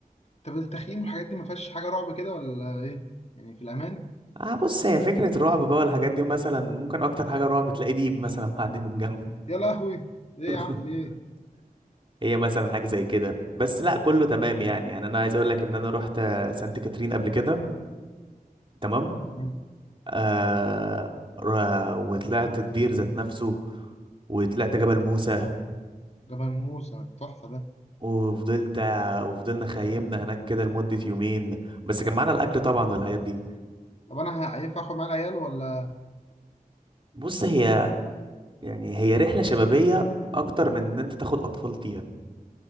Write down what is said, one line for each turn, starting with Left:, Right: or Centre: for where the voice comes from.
Left: طب التخييم والحاجات دي ما فيهاش حاجة رعب كده ولا ايه يعني في الامان
Right: اه بص هي فكرة رعب بقى والحاجات دي مثلا ممكن اكتر حاجة رعب تلاقي ديب مثلا <laughs> معدي من جنبك
Left: يا لهوي ايه
Right: <laughs>
Left: يا عم في ايه
Right: هي مثلا حاجة زي كده بس لا كله تمام يعني يعني انا عايز اقول لك ان انا رحت آه، سانت كاترين قبل كده تمام
Left: مم.
Right: آه را- وطلعت الدير ذات نفسه وطلعت جبل موسى
Left: جبل موسى تحفة ده
Right: وفضلت وفضلنا خيمنا هناك كده لمدة يومين بس كان معانا الأكل طبعا والحاجات دي
Left: طب أنا ه- هينفع آخد معايا العيال ولا
Right: بص هي يعني هي رحلة شبابية أكتر من إن أنت تاخد أطفال فيها